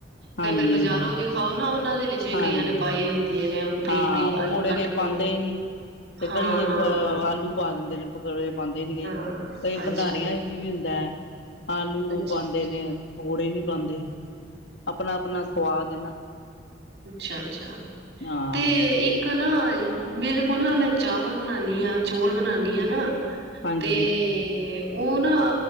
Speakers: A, on the left; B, on the right.
A: ਹਾਂਜੀ
B: ਕਈ ਵਾਰੀ ਬਜ਼ਾਰੋਂ
A: ਹਾਂਜੀ
B: ਵੀ ਖਾਓ ਨਾ ਉਹਨ ਉਹਨਾਂ ਦੇ ਵਿੱਚ ਵੀ
A: ਹਾਂਜੀ
B: ਕਈਆਂ ਨੇ ਪਏ ਹੁੰਦੇਆਂ ਨੇ ਬਰੀਕ-ਬਰੀਕ
A: ਹਾਂ ਪਕੌੜੇ
B: ਆਲੂ ਕੱਟ
A: ਕਈ
B: ਕੇ।
A: ਪਾਉਦੇ ਹੀ ਨਹੀਂੀ ਤੇ
B: ਹਾਂ-ਹਾਂ,
A: ਘੜੀ ਅ ਆਲੂ ਪਾ ਦਿੰਦੇ ਤਪ ਕ ਪਾਉਂਦੇ ਨੀ ਕਈ
B: ਹਾਂ ਹਾਂ
A: ਕਈ ਭੰਡਾਰੀਆਂ
B: ਅੱਛਾ,
A: ਵਿੱਚ ਵੀ ਹੁੰਦਾ ਹੈ ਆਲੂ
B: ਅੱਛਾ-ਅੱਛਾ,
A: ਪਾਂਦੇ ਨੇ, ਪਕੌੜੇ ਨਹੀਂ ਪਾਂਦੇ। ਆਪਣਾ, ਆਪਣਾ ਸੁਵਾਦ ਹੈ ਨਾ,
B: ਅੱਛਾ! ਅੱਛਾ!
A: ਹਾਂ
B: ਤੇ, ਇੱਕ ਨਾ ਮੇਰੇ ਕੋਲ ਨਾ ਮੈਂ ਚਾਵਲ ਬਣਾਉਦੀ ਹਾਂ, ਚੌਲ ਬਣਾਣੀ ਆ ਹ ਨਾ
A: ਹਾਂਜੀ
B: ਤੇ, ਉਹ ਨਾ,